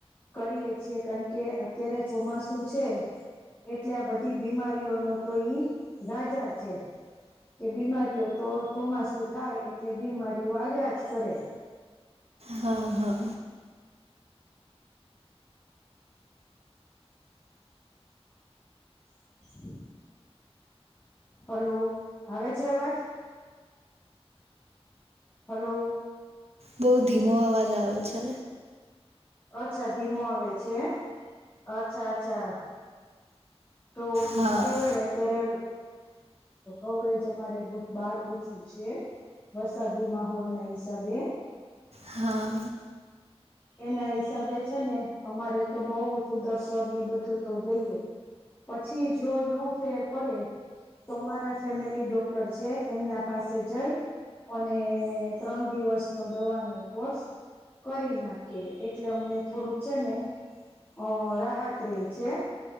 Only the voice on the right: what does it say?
હા હા.
બહુ ધીમો અવાજ આવે છે.
હા
હા.